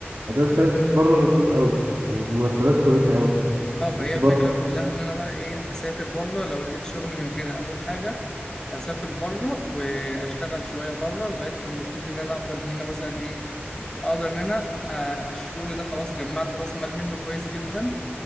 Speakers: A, on the right (about 65°); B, on the left (about 15°).
A: الداتا ساينس بره مطلوب قوي ومرتبات كويسة قوي
B: اه فهي
A: بس
B: الفكرة
A: بره مصر
B: كلها ان انا بقى ايه اسافر بره لو لقيت شغل من هنا اول حاجة اسافر بره واشتغل شوية بره لغاية لما ابتدي ان انا اقدر ان انا مثلا ايه اقدر ان انا آه الشغل ده خلاص جمعت راس مال منه كويس جدا